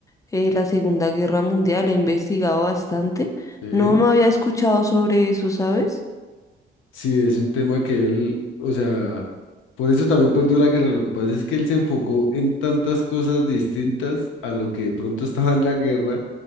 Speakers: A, on the left; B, on the left.
A: eh, la Segunda Guerra Mundial, he investigado bastante.
B: Sí.
A: No, no había escuchado sobre eso, ¿sabes?
B: Sí, es un tema que él, o sea, por eso también perdió la guerra. Lo que pasa es que él se enfocó en tantas cosas distintas a lo que de pronto <laughs> estaba en la guerra,